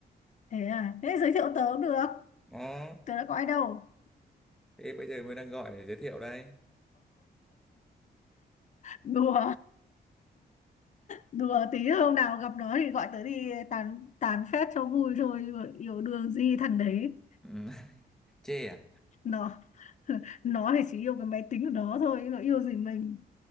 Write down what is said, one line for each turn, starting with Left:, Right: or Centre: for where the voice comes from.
Left: thế à thế giới thiệu tớ cũng được
Centre: đó
Left: tớ đã có ai đâu
Centre: thế bây giờ mới đang gọi để giới thiệu đây
Left: đùa đùa tí hôm nào gặp nó thì gọi tớ đi tán tán phét cho vui thôi yêu đương gì thằng đấy
Centre: ừ. <laughs> chê à
Left: nó <laughs> nó thì chỉ yêu cái máy tính của nó thôi nó yêu gì mình